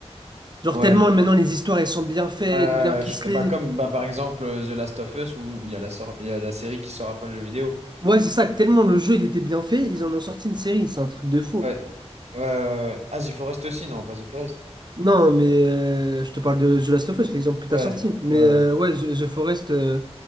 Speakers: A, on the right; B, on the right.
A: Genre,
B: Ouais.
A: tellement maintenant, les histoires, elles sont bien faites,
B: Euh,
A: bien ficelées.
B: je- bah, comme bah, par exemple euh, The Last of Us où il y a la, sor- il y a la série qui sort après le jeu vidéo.
A: Ouais, c'est ça, tellement le jeu, il était bien fait, ils en ont sorti une série. C'est un truc de fou.
B: Ouais. Ouais, ouais, ouais. Ah, The Forest aussi, non, pas The Forest.
A: Non, mais euh, je te parle de The Last of Us, l'exemple que tu
B: Ouais,
A: as sorti. Mais
B: ouais, ouais.
A: euh, ouais, The, The Forest, euh,